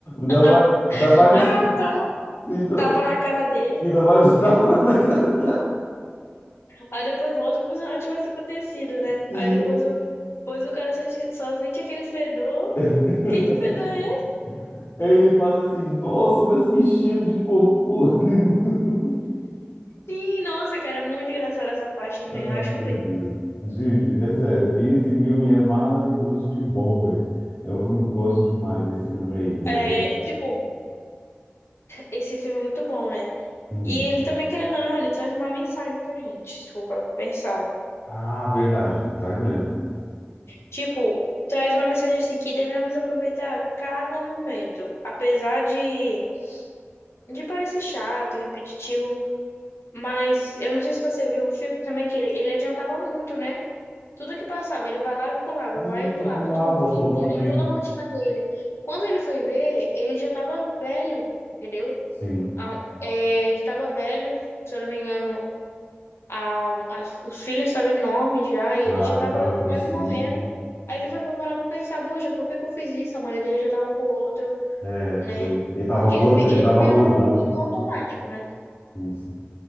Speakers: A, on the left; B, on the left.
A: dá,
B: <laughs>
A: va- dá vários,
B: Ah, tá.
A: então,
B: Tapa na cara dele.
A: e dá vários <laughs> tapas na cara.
B: Aí depois volta como se não tivesse acontecido, né?
A: E
B: Aí depois o, depois o cara só, ti- só sente aquele fedor.
A: <laughs>
B: Quem que fedor é
A: aí ele fala assim: Nossa, mas que cheiro de cocô! <laughs>
B: Sim, nossa, cara, é muito engraçada essa parte também,
A: Ah,
B: eu acho
A: meu
B: bem.
A: Deus. Gente, é sério, esse filme é maravilhoso de bom, velho. É um filme que eu gosto demais, esse filme aí. né?
B: É, tipo, esse filme é muito bom, né?
A: Hum.
B: E ele também, querendo ou não, ele traz uma mensagem pra gente, se for pra pensar.
A: Ah, verdade, traz mesmo.
B: Tipo, traz uma mensagem assim, que devemos aproveitar cada momento. Apesar de, de parecer chato, repetitivo, mas eu não sei se você viu um filme também que ele, ele adiantava muito, né? Tudo que passava, ele vai lá e pulava,
A: E
B: vai e pulava,
A: pulava
B: tudo,
A: os,
B: tudo,
A: os
B: tudo,
A: momentos.
B: toda a rotina dele. Quando ele foi ver, ele já tava velho, entendeu?
A: Sim.
B: A- é, ele tava velho, se eu não me engano, a- as- os filhos estavam enormes já, e
A: Já,
B: ele já tava
A: já tava crescido.
B: quase morrendo. Aí ele foi pra parar pra pensar, poxa, por que que eu fiz isso? A mulher dele já tava com outro,
A: É,
B: né?
A: foi. Ele tava
B: Porque
A: gordo,
B: ele, vi-
A: ele
B: ele
A: tava
B: vivia
A: gordão.
B: no, no automático, né?
A: Isso.